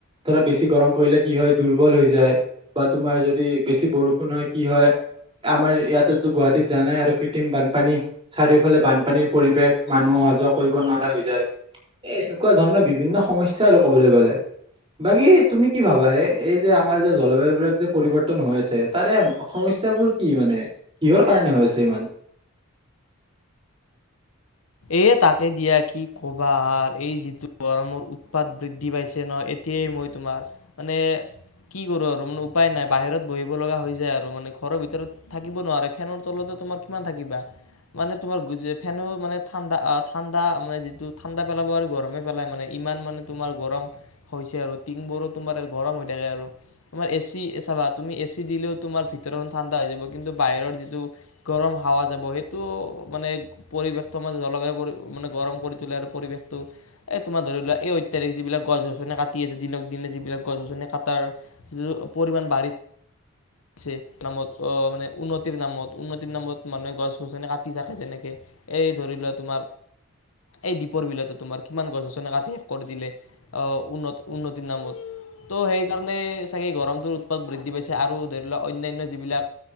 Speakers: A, on the right; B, on the left.
A: ধৰা বেছি গৰম পৰিলে কি হয় দুৰ্বল হৈ যায় বা তোমাৰ যদি বেছি বৰষুণ হয় কি হয় আমাৰ ইয়াতেতো গুৱাহাটীত জানাই আৰু কৃত্ৰিম বানপানী চাৰিওফালে বানপানীৰ পৰিৱেশ মানুহ অহা যোৱা কৰিব নোৱাৰা হৈ যায় এ এনেকুৱা ধৰণৰ বিভিন্ন সমস্যা আৰু কব'লৈ গ'লে। বাকী তুমি কি ভাবাহে এই যে আমাৰ যে জলবায়ু বিলাক যে পৰিৱৰ্তন হৈ আছে তাৰে সমস্যাবোৰ কি মানে কিহৰ কাৰনে হৈ আছে ইমান?
B: এ তাকে দিয়া কি ক'বা। এই যিটো গৰমৰ উৎপাত বৃদ্ধি পাইছে ন, এতিয়াই মই তোমাৰ মানে কি কৰো আৰু মানে উপায় নাই বাহিৰত বহিব লগা হৈ যায় আৰু মানে ঘৰৰ ভিতৰত থাকিব নোৱাৰে ফেনৰ তলতে তোমাৰ কিমান থাকিবা মানে তোমাৰ ফেনো মানে ঠাণ্ডা আ ঠাণ্ডা মানে যিট ঠাণ্ডা পেলাব আৰু গৰমে মানে ইমান মানে তোমাৰ গৰম হৈছে আৰু টিনবোৰো তোমাৰ গৰম হৈ থাকে আৰু তোমাৰ এ চি চাবা এ চি দিলেও তোমাৰ ম ভিতৰখন ঠাণ্ডা হৈ যাব কিন্তু বাহিৰৰ যিটো গৰম হাৱা যাব সেইটো মানে পৰিবেশৰ তোমাৰ জলবায়ু পৰি মানে গৰম কৰি তোলে আৰু পৰিৱেশটো এই তোমাৰ ধৰি লোৱা এই অত্যাধিক যিবিলাক গছ গছনি কাটি আছে দিনক দিনে যিবিলাক গছ গছনি কাটাৰ যিটো পৰিমাণ বাঢ়ি। ছে নামত আহ মানে উন্নতিৰ নামত উন্নতিৰ নামত মানুহে গছ গছনি কাটি থাকে, যেনেকে এই ধৰি লোৱা তোমাৰ এই দ্বীপৰ বিলতে তোমাৰ কিমান গছ গছনি কাটি শেষ কৰি দিলে। অ উন্ন উন্নতিৰ নামত ত' সেই কাৰণে চাগে গৰমটোৰ উৎপাত বৃদ্ধি পাইছে আৰু অন্যান্য যিবিলাক